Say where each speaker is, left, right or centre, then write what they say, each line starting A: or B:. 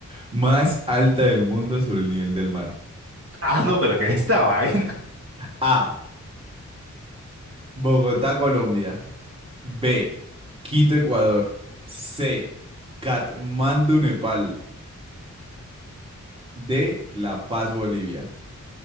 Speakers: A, on the right (about 15°); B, on the right (about 50°).
A: más alta del mundo sobre el nivel del mar?
B: Ah, no, pero que <laughs> esta vaina.
A: A. Bogotá, Colombia. B. Quito, Ecuador. C. Katmandú, Nepal. D. La Paz, Bolivia.